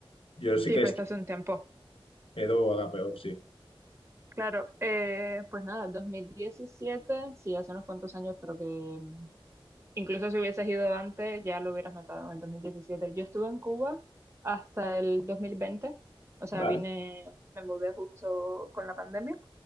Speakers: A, on the left; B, on the right.
A: yo sí
B: Sí,
A: que
B: pues
A: estoy
B: hace un tiempo.
A: Edo haga peor, sí.
B: Claro, eh, pues nada, 2017, sí, hace unos cuantos años, pero que mm, incluso si hubieses ido antes ya lo hubieras notado en el 2017. Yo estuve en Cuba hasta el 2020, o sea,
A: Vale,
B: vine, me mudé justo con la pandemia